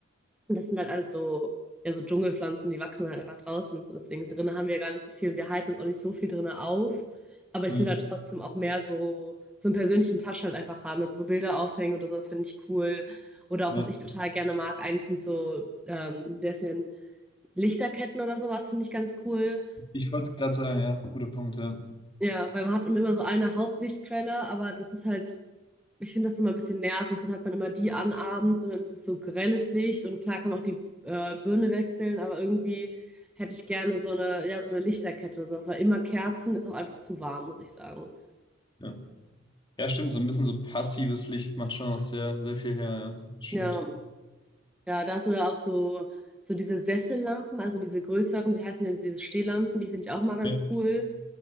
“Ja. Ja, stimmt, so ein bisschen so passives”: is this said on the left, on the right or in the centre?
Left